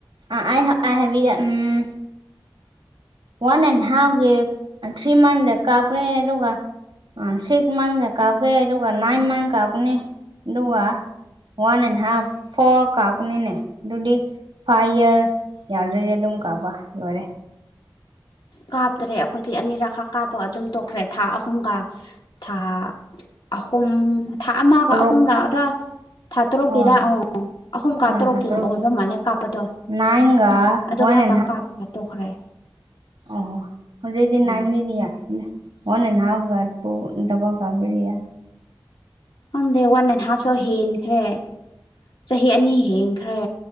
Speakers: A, on the right; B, on the left.
A: ꯑꯥꯏ ꯑꯥꯏ ꯍꯥꯏꯕꯤꯒꯦ ꯎꯝ ꯋꯥꯟ ꯑꯦꯟ ꯍꯥꯞ ꯒꯤ ꯊ꯭ꯔꯤ ꯃꯟꯗ ꯀꯥꯞꯀꯅꯤ ꯑꯗꯨꯒ ꯁꯤꯛꯁ ꯃꯟꯀ ꯀꯥꯞꯀꯦ ꯑꯗꯨꯒ ꯅꯥꯏꯟ ꯃꯟ ꯀꯥꯞꯀꯅꯤ ꯑꯗꯨꯒ ꯋꯥꯟ ꯑꯦꯟ ꯍꯥꯐ ꯐꯣꯔ ꯀꯥꯞꯄꯅꯤꯅꯦ ꯑꯗꯨꯗꯤ ꯐꯥꯏꯚ ꯌꯔ ꯌꯥꯗ꯭ꯔꯗꯤ ꯑꯗꯨꯝ ꯀꯥꯄ ꯂꯣꯏꯔꯦ
B: ꯀꯥꯞꯇꯔꯦ ꯑꯩꯈꯣꯏꯗꯤ ꯑꯅꯤꯔꯛꯈꯛ ꯀꯥꯞꯄ ꯑꯗꯨꯝ ꯇꯣꯛꯈ꯭ꯔꯦ ꯊꯥ ꯑꯍꯨꯝꯒ ꯊꯥ ꯑꯍꯨꯝ ꯊꯥ ꯑꯃꯒ
A: ꯇꯔꯨꯛ
B: ꯑꯍꯨꯝꯒꯔꯥ ꯊꯥ ꯇꯔꯨꯛꯀꯤꯔꯥ
A: ꯍꯣꯏ
B: ꯍꯪꯉꯣ ꯑꯍꯨꯝ ꯀꯥ
A: ꯎꯝ
B: ꯇꯔꯨꯛꯀꯤ
A: ꯊꯥ ꯇꯔꯨꯛ
B: ꯑꯣꯏꯕ ꯃꯥꯜꯂꯦ ꯀꯥꯞꯄꯗꯣ
A: ꯅꯥꯏꯟꯒ
B: ꯑꯗꯨ
A: ꯋꯥꯟ
B: ꯈꯔ
A: ꯑꯦꯟ ꯍꯥꯐ
B: ꯀꯥꯞ ꯀꯥꯞꯄ ꯇꯣꯛꯈ꯭ꯔꯦ
A: ꯑꯣ ꯑꯗꯨꯗꯤ
B: ꯎꯝ
A: ꯅꯥꯏꯟꯅꯤꯗꯤ ꯋꯥꯟ ꯑꯦꯟ ꯍꯥꯞ ꯗꯕꯒꯥꯕꯔꯤꯌ
B: ꯈꯪꯗꯦ ꯋꯥꯟ ꯑꯦꯟ ꯍꯥꯐꯁꯨ ꯍꯦꯟꯈ꯭ꯔꯦ ꯆꯍꯤ ꯑꯅꯤ ꯍꯦꯟꯈ꯭ꯔꯦ